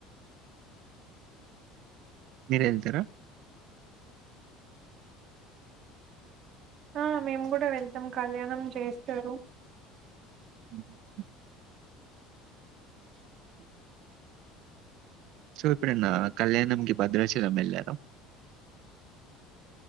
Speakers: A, on the right; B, on the right.
A: మీరు వెళ్తారా
B: ఆ మేము కూడా వెళ్తాం కళ్యాణం చేస్తారు
A: <inaudible>
B: <inaudible>
A: సో ఇప్పుడన్న కళ్యాణంకి భద్రాచలం వెళ్ళారా